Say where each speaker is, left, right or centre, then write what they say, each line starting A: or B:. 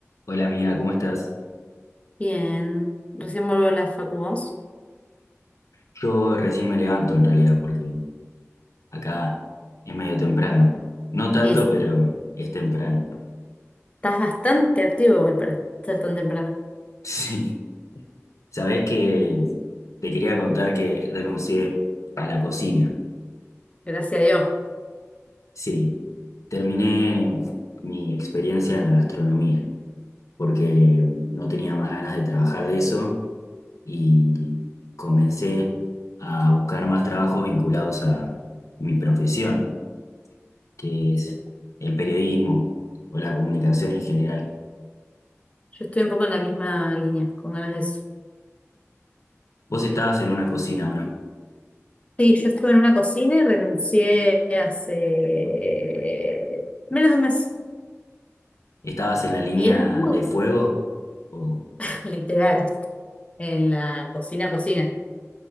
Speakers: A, on the left (about 85°); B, on the left (about 25°).
A: Hola amiga, ¿cómo estás?
B: Bien, recién vuelvo de la facu vos.
A: Yo recién me levanto en realidad porque acá es medio temprano. No tanto,
B: Y sí,
A: pero es temprano. <laughs>
B: estás bastante activo igual para ser tan temprano.
A: Sí. Sabés que te quería contar que renuncié a la cocina.
B: Gracias a Dios.
A: Sí, terminé mi experiencia en la gastronomía porque no tenía más ganas de trabajar de eso y comencé a buscar más trabajos vinculados a mi profesión. que
B: Sí.
A: es el periodismo o la comunicación en general.
B: Yo estoy un poco en la misma línea, con ganas de eso.
A: ¿Vos estabas en una cocina o no?
B: Sí, yo estuve en una cocina y renuncié hace menos de un mes.
A: ¿Estabas en la línea
B: Y es muy
A: de fuego o
B: <laughs> literal, en la cocina, cocina.